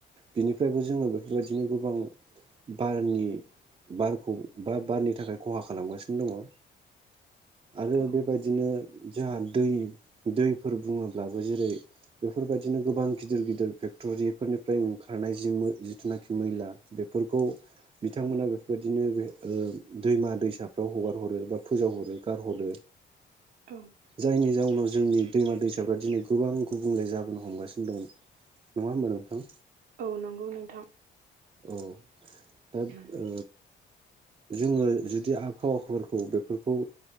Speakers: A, on the right (about 30°); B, on the right (about 70°).
A: बिनिफ्रायबो जोङो बेफोरबायदिनो गोबां बारनि बार <unintelligible> <unintelligible> बारनि थाखाय खहा खालामगासिनो दङ आरो
B: औ
A: बेबायदिनो जोंहा दै दैफोर बुङोब्लाबो जेरै बेफोरबायदिनो गोबां गिदिर गिदिर फेक्ट'रिफोरनिफ्राय ओंखारनाय जि जिथुनाखि मैला बेफोरखौ बिथांमोना बेफोरबायदि बिदिनो बे ओ दैमा दैसा फ्राव हगार हरो बा फोजाव हरो गारहरो
B: औ
A: जायनि जाउनाव जोंनि दैमा दैसाफ्रा दिनै गोबां गुबुंले जाबोनो हमगासिनो दं नङा होमबा नोंथां
B: औ नंगौ नोंथां
A: औ दा
B: औ
A: ओ जोङो जुदि आबहावाफोरखौ बेफोरखौ